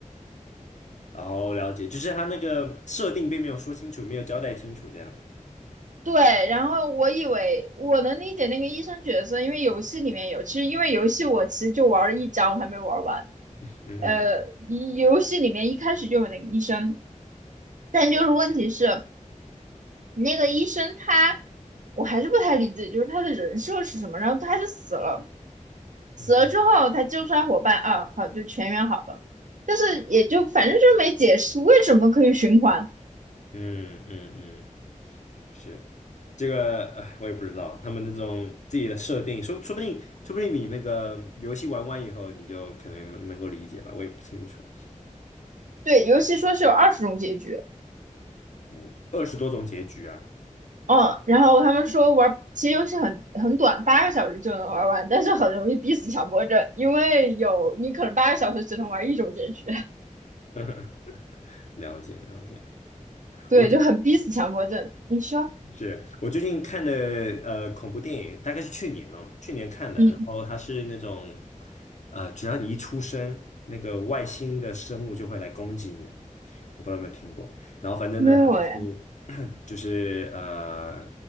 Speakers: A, on the left; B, on the right.
A: 然后了解，就是他那个设定并没有说清楚，没有交代清楚，这样。
B: 对，然后我以为我能理解那个医生角色，因为游戏里面有，其实因为游戏我其实就玩了一章，我还没玩完。
A: 嗯哼，
B: 呃，一游戏里面一开始就有那个医生，但就是问题是那个医生他，我还是不太理解，就是他的人设是什么。然后他就死了，死了之后他救出来伙伴啊，
A: 嗯哼，
B: 好就全员好了，但是也就反正就是没解释为什么可以循环。
A: 嗯嗯嗯。是这个，哎，我也不知道他们那种自己的设定，说说不定，说不定你那个游戏玩完以后，你就可能能够理解吧，我也不清楚。
B: 对，游戏说是有二十种结局，
A: 嗯，二十多种结局啊，
B: 嗯，然后他们说玩，其实游戏很很短，八个小时就能玩完，但是很容易逼死强迫症，因为有你可能八个小时只能玩一种结局，
A: <laughs> 了解了解。
B: <laughs> 对，
A: 我。
B: 就很逼死强迫症。你说，
A: 是我最近看的呃恐怖电影，大概是去年哦，去年看的。
B: 嗯，
A: 然后它是那种呃，只要你一出生，那个外星的生物就会来攻击你。我不知道有没有听过。然后反正呢，
B: 没有哎，
A: 它就是 <coughs> <clears throat> 就是呃，